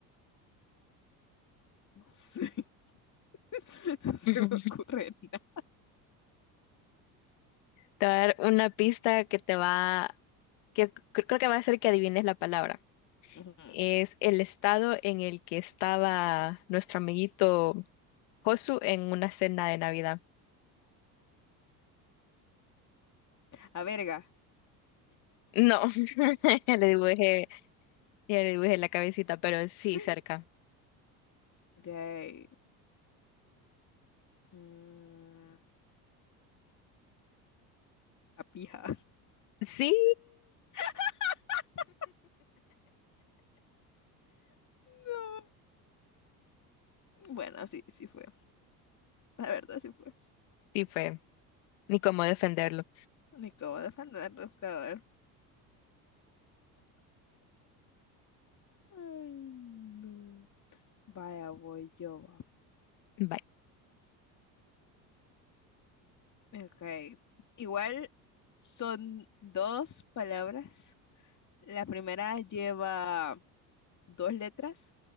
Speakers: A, on the left; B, on the left.
A: No sé, <laughs> no se
B: <laughs>
A: me ocurre nada.
B: Te voy a dar una pista que te va, que cre- creo que va a hacer que adivines la palabra.
A: Ujú.
B: Es el estado en el que estaba nuestro amiguito Josu en una cena de Navidad.
A: A verga.
B: No, <laughs> ya le dibujé, ya le dibujé la cabecita, pero sí,
A: Ujú,
B: cerca.
A: Ok. Mm, a pija.
B: Sí,
A: <laughs> No. Bueno, sí, sí fue. La verdad sí fue.
B: sí fue, ni cómo defenderlo.
A: Ni cómo defenderlo, cabrón. Ay, no. Vaya, voy yo. va.
B: Bye.
A: Ok. Igual son dos palabras. La primera lleva dos letras